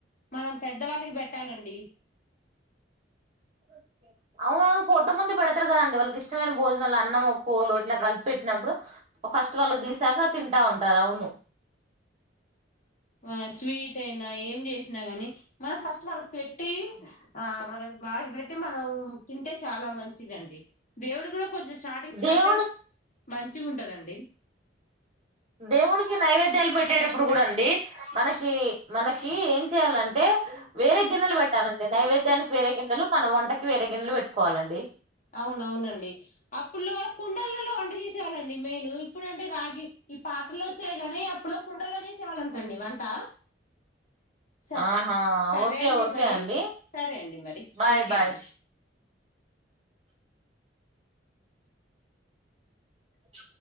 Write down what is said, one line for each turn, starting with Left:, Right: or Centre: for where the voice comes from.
Left: మనం పెద్దవాళ్ళుకి పెట్టాలండి.
Right: <unintelligible> ఫోటో ముందు పెడతారు. కదండి. వాళ్ళకి ఇష్టమైన భోజనల్లా అన్నం ఒక్కొల్లు, ఇట్లా కల్ పెట్టినప్పుడు ఫస్ట్ వాళ్ళకి తీసాక తింటా ఉంటారు. అవును
Left: ఆ స్వీట్ అయినా ఏం చేసినా, కాని మనం ఫస్ట్ వాళ్ళకి పెట్టి ఆ వాళ్ళకు, బాగే పెట్టి మనం తింటే చాలా మంచిదండి. దేవుడు కూడా కొంచెం స్టార్టింగ్
Right: దేవున్డ్,
Left: పెడితే మంచిగా ఉంటదండి
Right: దేవుకి నైవేద్యాలు పెట్టేటప్పుడు కూడా అండి. మనకి మనకీ ఏం చేయాలంటే వేరే గిన్నెలు పెట్టాలండి. నైవేద్యానికి వేరే గిన్నెలు మనం వంటకి వేరే గిన్నెలు పెట్టుకోవాలండి.
Left: అవునవునండి. అప్పుల్లో కూడా కుండలలో వంట చేసేవాళ్ళండి. మెయిన్ ఇప్పుడుంటే రాగి ఈ పాత్రలో వచ్చాయి. కానీ అప్పులో కుండల్లో చేసేవాళంటండి. వంటా స
Right: ఆహా
Left: సరే
Right: ఓకే
Left: అండి.
Right: ఓకే
Left: మరి
Right: అండి
Left: సరే అండి. మరి
Right: బాయ్
Left: ఓకే
Right: బాయ్
Left: అండి.
Right: ప్చ్